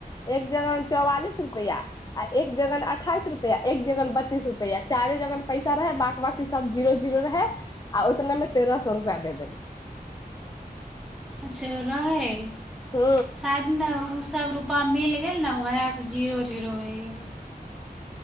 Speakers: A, on the left; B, in the centre.
A: एक जग चौवालिस रुपआ आ एक जगन अठाइस रुपआ एक जगन बत्तीस रुपआ चार जग पैसा रहे बाक बाकी सब जीरो जीरो रहे आ उतने मे तेरह सए रुपआ दे देली
B: अच्छा रहैय
A: ह
B: शायद न त ओ सब रुपा मिल गेल ने वएहसँ जीरो जीरो होइ गेल